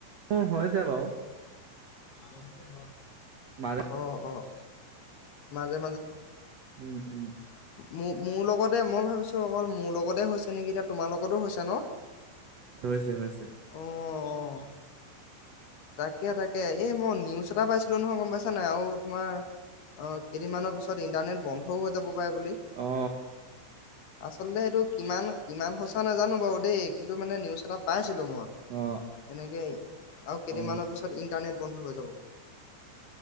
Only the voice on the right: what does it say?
মোৰ হৈছে বাৰু
মা
উম উম!
হৈছে হৈছে।
অ
অ
অ